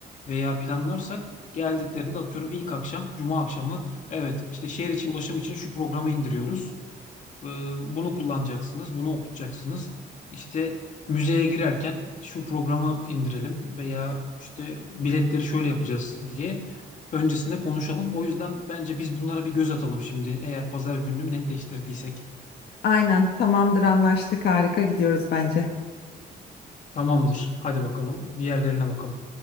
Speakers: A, on the left; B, on the left.
A: veya planlarsak geldiklerinde atıyorum ilk akşam, cuma akşamı evet işte şehir içi ulaşım için şu programı indiriyoruz. Ee, Bunu kullanacaksınız, bunu okutacaksınız. İşte müzeye girerken şu programı indirelim veya işte biletleri şöyle yapacağız diye öncesinde konuşalım. O yüzden bence biz bunlara bir göz atalım şimdi eğer pazar gününü netleştirdiysek.
B: Aynen tamamdır anlaştık harika gidiyoruz bence.
A: Tamamdır. Hadi bakalım. Bir yerlerine bakalım.